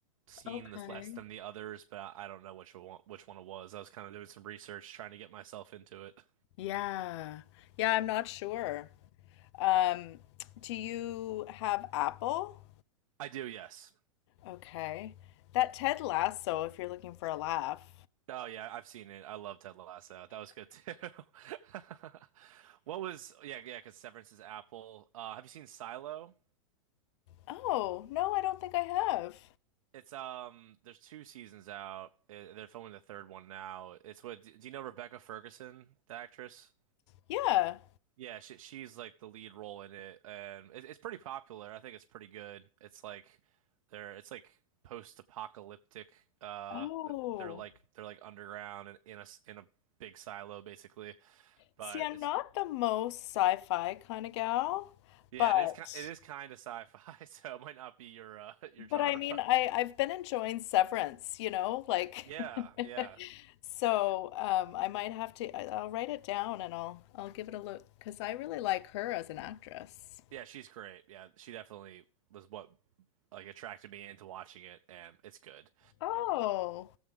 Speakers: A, on the right; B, on the left.
A: seen
B: Okay.
A: as less than the others, but I, I don't know which one, which one it was. I was kind of doing some research, trying to get myself into it.
B: Yeah. Yeah, I'm not sure. Um, do you have Apple?
A: I do, yes.
B: Okay. That Ted Lasso, if you're looking for a laugh.
A: Oh yeah, I've seen it. I love Ted Lasso. That was good too. <laughs> What was, yeah, yeah, because Severance is Apple. Uh, have you seen Silo?
B: Oh, no, I don't think I have.
A: It's um, there's two seasons out. Eh, They're filming the third one now. It's what, do you know Rebecca Ferguson, the actress?
B: Yeah.
A: Yeah, she, she's like the lead role in it, and it, it's pretty popular. I think it's pretty good. It's like they're it's like post-apocalyptic. Uh,
B: Oh.
A: they're like they're like underground and in a s- in a big silo basically. But
B: See, I'm
A: it's
B: not the most sci-fi kind of gal,
A: yeah,
B: but
A: it is ki- it is kind of sci-fi, <laughs> so it might not be your uh, <laughs> your
B: but
A: genre.
B: I mean, I I've been enjoying Severance, you know, like
A: Yeah,
B: <laughs>
A: yeah,
B: so um I might have to I, I'll write it down and I'll I'll give it a look because I really like her as an actress.
A: yeah. She's great. Yeah, she definitely was what like attracted me into watching it, and it's good.
B: Oh,